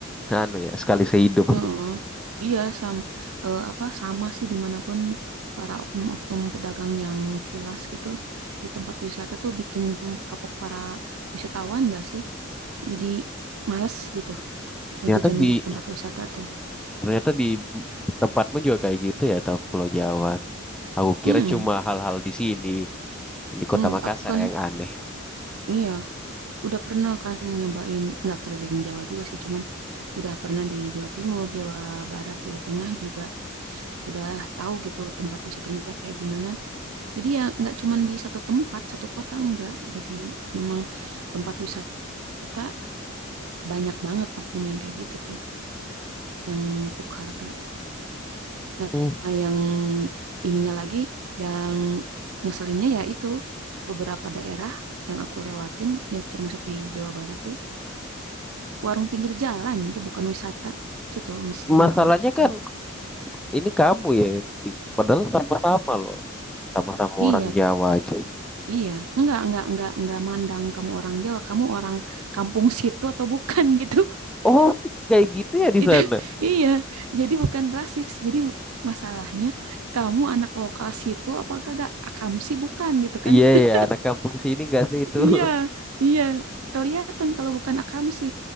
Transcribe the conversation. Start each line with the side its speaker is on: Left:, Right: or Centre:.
Centre: anu ya, sekali sehidup.
Right: Heeh. Iya sama eh, apa sama sih dimanapun para oknum-oknum pedagang yang culas gitu di tempat wisata tuh bikin kapok para wisatawan gak sih? Jadi males gitu eh,
Centre: Ternyata
Right: jajan
Centre: di
Right: di tempat wisata tuh.
Centre: Ternyata di tempatmu juga kayak gitu ya, atau Pulau Jawa. Aku kira
Right: Mm-mm.
Centre: cuma hal-hal di sini, di Kota
Right: Enggak,
Centre: Makassar
Right: aku kan
Centre: yang aneh.
Right: iya udah pernah kan nyobain nggak keliling Jawa juga sih cuman udah pernah di Jawa Timur, Jawa Barat, Jawa Tengah juga udah tahu gitu tempat wisatanya kayak gimana. Jadi ya nggak cuma di satu tempat, satu kota enggak. Jadi memang tempat wisata banyak banget oknum yang kayak gitu tuh, yang nekuk harga. Nah,
Centre: Hmm.
Right: nah, yang ininya lagi, yang ngeselinnya ya itu beberapa daerah yang aku lewatin, ya termasuk di Jawa Barat tuh, warung pinggir jalan tuh bukan wisata, itu tuh ngeselin
Centre: Masalahnya
Right: banget pokoknya.
Centre: kan ini kamu ya, yang di- padahal sama-sama loh, sama-sama
Right: Iya,
Centre: orang Jawa aja.
Right: iya, enggak, enggak, enggak, enggak mandang kamu orang Jawa, kamu orang kampung situ atau bukan <laughs> gitu.
Centre: Oh, kayak gitu ya di
Right: Itu
Centre: sana.
Right: <laughs> iya, jadi bukan rasis. Jadi masalahnya kamu anak lokal situ apakah gak akamsi bukan gitu kan?
Centre: Iya
Right: <laughs>
Centre: ya, anak kampung sini nggak sih itu. <laughs>
Right: Iya, iya, kelihatan kalau bukan akamsi